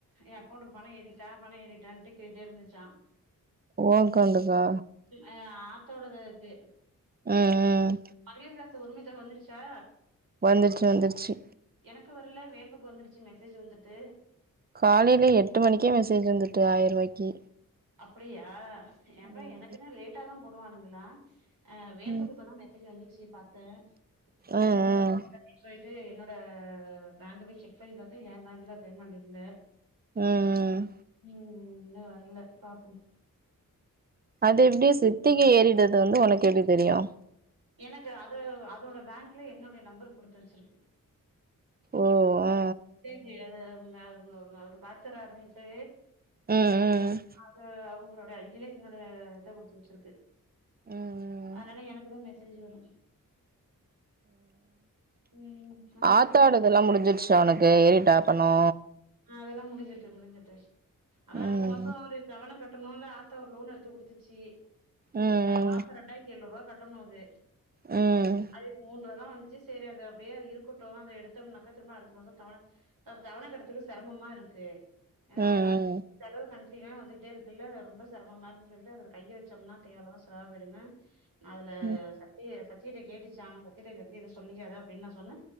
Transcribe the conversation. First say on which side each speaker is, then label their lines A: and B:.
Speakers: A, on the right (about 85°); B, on the right (about 30°).
A: என் அக்கௌண்ட்டக்கு பணம் ஏறிச்சா பணம் ஏறிட்டான்ட்டு கேட்டுடே இருந்துச்சான்
B: ஓன் அக்கௌண்டுகா
A: ஆ ஆத்தோடது இது
B: ம் ம்
A: மகளிர் காசு உரிமதொக வந்துருச்சா
B: வந்துருச்சு வந்துருச்சு
A: எனக்கு வரல வேம்புக்கு வந்துருச்சு மெசேஜ் வந்துட்டு
B: காலையில எட்டு மணிக்கே மெசேஜ் வந்துட்டு ஆயிரூபாய்க்கி
A: அப்படியா ஏம்ப்பா
B: ம்
A: எனக்குனா லேட்டா தான் போடுவானுங்களா அ வேம்புக்கு
B: ம்
A: இப்பதான் மெசே மெசேஜ் வந்துச்சி பாத்தேன்
B: ம்
A: என்பது வரும்
B: ம்
A: உடனே போயிட்டு என்னோட ப பேங்க போய் செக் பண்ணி பாத்தா ஏ பேங்க்ல பேமெண்ட் இல்ல
B: ம் ம்
A: ம் இன்னும் வர்ல பாப்போம்
B: அது எப்டி சித்திக்கு ஏறிடுது வந்து உனக்கு எப்படி தெரியும்
A: எனக்கு அது அதோட பேங்க்ல என்னுடைய நம்பர் கொடுத்து வச்சிருக்கு
B: ஓ ஆ
A: செரி அத அவுங் அவுங்க அவரு பாத்துறாருன்ட்டு
B: ஆ ம் ம்
A: அது அவுங்களோட ஐடியில என்னோட இத குடுத்து வச்சிருக்கு
B: ம்
A: அதனால எனக்கு தான் மெசேஜ் வரும் ம் ஆனா
B: ஆத்தாடு
A: எனக்கு
B: இதெல்லாம் முடிஞ்சிருச்சா உனக்கு ஏறிடாப்பணொ
A: ஆ அதெல்லாம் முடிஞ்சட்டு முடிஞ்சுட்டு அதான்
B: ம்
A: அடுத்த மாசொ ஒரு தவன கட்டணும்ல்ல த்தா ஒரு லோன் எடுத்து கொடுத்துச்சு
B: ம்
A: அ மாசம் ரெண்டாயிரத்தி எழுநூறு ரூபா கட்டணும் அது
B: ம் ம்
A: அதுக்கு மூன்றதா வந்துச்சு சரி அது அப்படியே இருக்கட்டும் அதை எடுத்தோம்னாக்க திரும்ப அடுத்த மாசம் தவண தவண கட்டறதுக்கு சிரமமா இருக்கு ஏனா
B: ம்
A: செலவு கன்ட்டினா வந்துட்டே இருக்குல்ல ரொம்ப சிரமமா இருக்குன்னு சொல்லிட்டு அதுல கையை வச்சோம்னா தேவலாம செலவா போயிடும்னு அதுல
B: ம்
A: சத்தி சத்தியிட்ட கேட்டுச்சா சத்தியட்ட இத பத்தி ஏதோ சொல்லிக்காத அப்படின்னு நான் சொன்ன